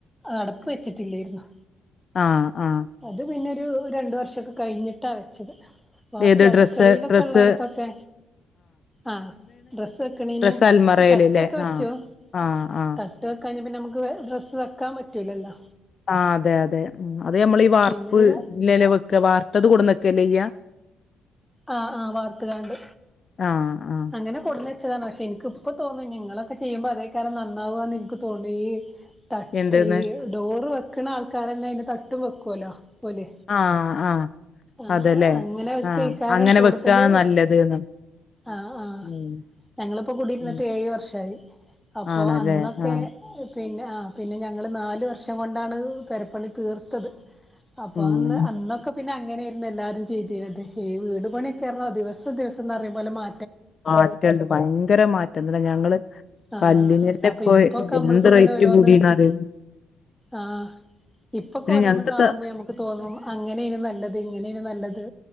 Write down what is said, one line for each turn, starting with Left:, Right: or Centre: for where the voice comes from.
Centre: അടപ്പ് വെച്ചിട്ടില്ലായിരുന്നു
Left: ആഹ് ആഹ്
Centre: അത് പിന്നൊരു രണ്ട് വർഷൊക്കെ കഴിഞ്ഞിട്ടാ വെച്ചത് ബാക്കി
Left: ഏത്
Centre: അട്ക്കളേലൊക്കെ
Left: ഡ്രസ്സ് ഡ്രസ്സ്
Centre: ഇള്ളോട്ത്തൊക്കെ ആഹ് ഡ്രസ്സ് വെക്ക്ണേന്
Left: ഡ്രസ്സ് അൽമറയിലല്ലേ
Centre: തട്ടൊക്കെ വെച്ചു
Left: ആഹ് ആഹ് ആഹ്
Centre: ത ട്ട് വെക്കാഞ്ഞ പിന്നെ നമുക്ക് വെ ഡ്രസ്സ്‌ വെക്കാൻ പറ്റൂലല്ലോ
Left: ആഹ് അതെ അതെ അത് നമ്മള് ഈ വാർപ്പ്ലല്ലേ
Centre: പിന്നൊരു
Left: വെക്കാ വാർത്തത് കൊട്ന്നെക്കല്ലേ ചെയ്യാ
Centre: ആഹ് ആഹ് വാർത്ത്ക്കാണ്ട്
Left: ആഹ് ആഹ്
Centre: അങ്ങനെ കൊട്ന്നെ ച്ചതാണ് പക്ഷെ ഇൻക്ക് ഇപ്പ തോന്ന ഇഞ്ഞ് ഇങ്ങളൊക്കെ ചെയ്യുമ്പോ അതേക്കാരം നന്നാവാന്ന് ഇൻക്ക് തോന്നീ തട്ട്
Left: എന്തന്ന്
Centre: ഈ ഡോറ് വെക്ക്ണ ആൾക്കാരെന്നെ അയിന് തട്ടും വെക്കൊലോ പോലെ
Left: ആഹ് ആഹ്
Centre: ആഹ്
Left: അതെല്ലേ
Centre: അങ്ങനെ വെ
Left: ആഹ്
Centre: ക്കെക്കാരം
Left: അങ്ങനെ
Centre: കൂട്തല്
Left: വെക്കാണ് നല്ലത് ന്ന്
Centre: ആഹ് ആ ഹ്
Left: ഉം
Centre: ഞങ്ങള്പ്പോ കൂടിയിര്ന്നിട്ട്
Left: ഉം
Centre: ഏഴ് വർഷായി അപ്പൊ
Left: ആണല്ലേ
Centre: അന്നൊക്കെ
Left: ആഹ്
Centre: പിന്നെ ആ ഹ് പിന്നെ ഞങ്ങള് നാല് വർഷം കൊണ്ടാണ് പെരപ്പണി തീർത്തത് അപ്പൊ
Left: ഉം
Centre: അന്ന് അന്നൊക്കെ പിന്നെ അങ്ങനെയായിരുന്നു എല്ലാരും ചെയ്തിര്ന്നത് ഈ വീട് പണിയൊക്കെ പറഞ്ഞാൽ ദിവസം ദിവസന്ന് പറയ് പോലെ മാ
Left: മാറ്റണ്ട് ഭയങ്കര മാറ്റം തന്നെ ഞങ്ങള്
Centre: ആഹ്
Left: കല്ലിനീന്റെ
Centre: അപ്പൊ
Left: ഇപ്പൊ
Centre: ഇപ്പൊക്കെ നമ്മൾക്ക്
Left: എന്ത്
Centre: ഇങ്ങനെ
Left: റേറ്റില്
Centre: ഓരോന്ന്
Left: കൂടിന്നറ്യോ
Centre: ആഹ് ഇപ്പൊക്കെ ഓരോന്ന്
Left: ഞങ്ങക്ക്
Centre: കാണുമ്പോ
Left: ത
Centre: ഞമ്മക്ക് തോന്നും അങ്ങനേനി നല്ലത് ഇങ്ങനേനി നല്ലത്